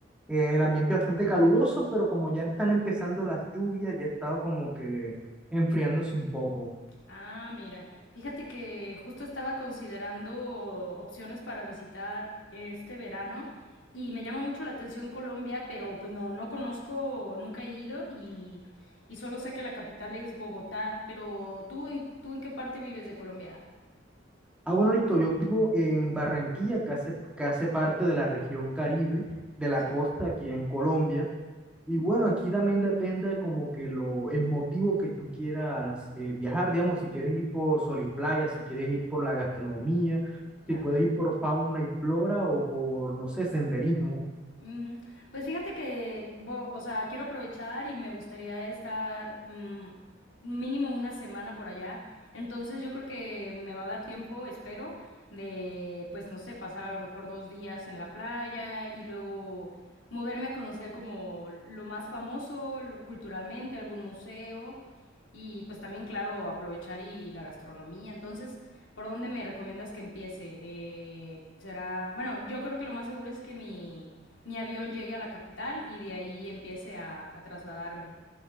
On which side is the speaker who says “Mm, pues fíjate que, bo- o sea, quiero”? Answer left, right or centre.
Left